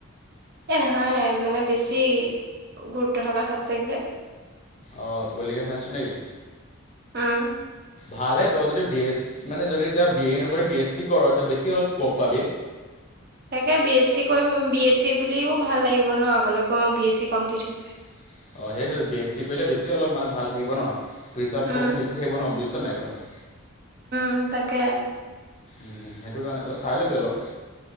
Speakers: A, on the right (about 45°); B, on the left (about 30°).
A: এই নহয় মানে বেছি গুৰুত্ব থকা চাবজেক্ট যে।
B: অঁ পলিটিকেল চাইন্ঞ্চটো নেকি?
A: উম।
B: ভালহে তই যদি বি এছ মানে যদি এতিয়া বি এ নকৰি বি এছ চি কৰ এতিয়া বেছি অলপ স্ক'প পাবি।
A: তাকে বি এছ চি কৰিম বি এছ চি বুলিও ভাল লাগিব ন আগলৈকৈ মই বি এছ চি কমপ্লিট হৈ।
B: অ সেইটোৱেটো বেএছি কৰিলে বেছি অলপ মানে ভাল থাকিব ন। প্ৰিচাৰ্জ্স্কপটো
A: উম
B: বেছি থাকিব ন বুজিছা নাই কথাটো?
A: উম তাকে।
B: উম উম সেইটো কাৰণেতো চাই ল'বি অলপ।